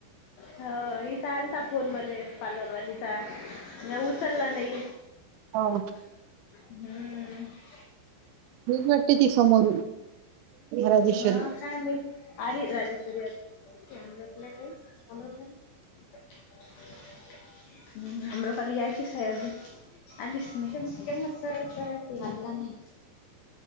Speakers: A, on the left (about 80°); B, on the right (about 80°).
A: ह हिचा आलता फोन मले पार्लरवालीचा. म्या उचलला नाही.
B: हा.
A: हम्म..
B: हेज वाटते ती समोरून राजेश्वरी
A: हा काय नाही आली राजेश्वरी आली काय म्हटल्या ताई. आम री <unintelligible> हम्म आम्रपाली जायची हाय अजून. आलीस नाही <unintelligible> च्यामच सर्व करत झाला नाही.